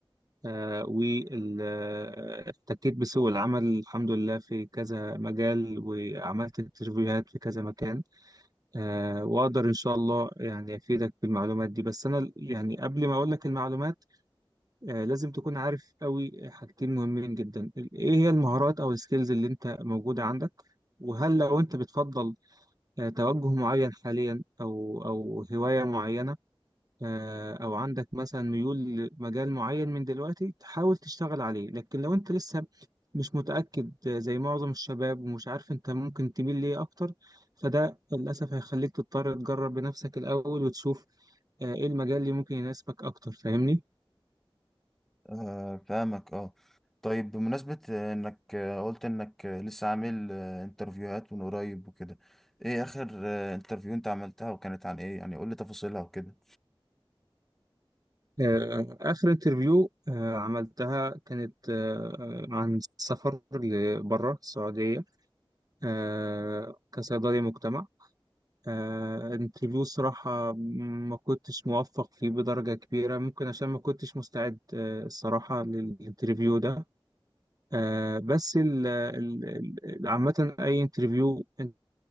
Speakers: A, on the right; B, in the centre.
A: آه واحتكيت بسوق العمل الحمد لله في كذا مجال وعملت انترفيوهات في كذا مكان آه واقدر ان شاء الله يعني افيدك بالمعلومات دي بس انا يعني قبل ما اقول لك المعلومات آه لازم تكون عارف قوي حاجتين مهمين جدا ايه هي المهارات او السكيلز اللي انت موجودة عندك وهل لو انت بتفضل آه، توجه معين حاليا او او هواية معينة آه، او عندك مثلا ميول لمجال معين من دلوقتي تحاول تشتغل عليه لكن لو انت لسه مش متأكد آه، زي معظم الشباب ومش عارف انت ممكن تميل ليه اكتر فده للأسف هيخليك تضطر تجرب بنفسك الأول وتشوف آه، ايه المجال اللي ممكن يناسبك اكتر فاهمني
B: أه فاهمك اه طيب بمناسبة آه، انك آه، قلت انك آه، لسه عامل آه، انترفيوهات من قريب وكده ايه اخر آه، انترفيو انت عملتها وكانت عن ايه يعني قول لي تفاصيلها وكده
A: آه، آخر انترفيو آه، عملتها كانت آه، آه، عن السفر لبره السعودية آه، كصيدلي مجتمع آه، انترفيو صراحة ما كنتش موفق فيه بدرجة كبيرة ممكن عشان ما كنتش مستعد آه، الصراحة للانترفيو ده آه، بس ال- ال- ال- عامة أي انترفيو أنت